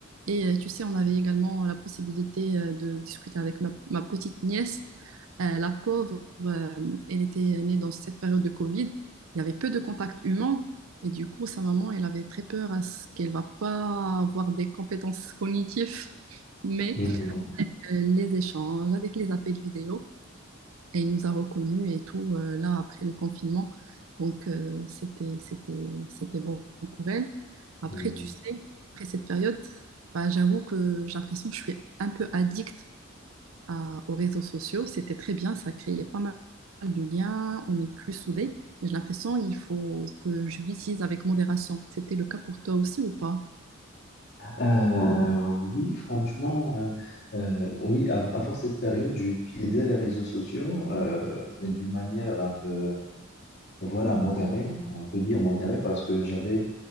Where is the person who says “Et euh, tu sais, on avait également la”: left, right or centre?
Right